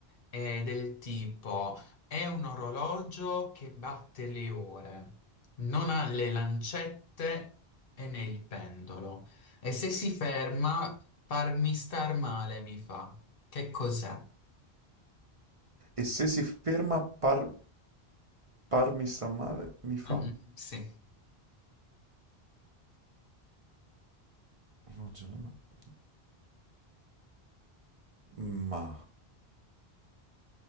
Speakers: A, on the left; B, on the right.
A: è del tipo, è un orologio che batte le ore, non ha le lancette e né il pendolo, e se si ferma, farmi star male mi fa. Che cos'è?
B: E se si ferma, par, parmi sta male, mi fa...
A: Mm-mm, sì.
B: Oggi non ho- Ma,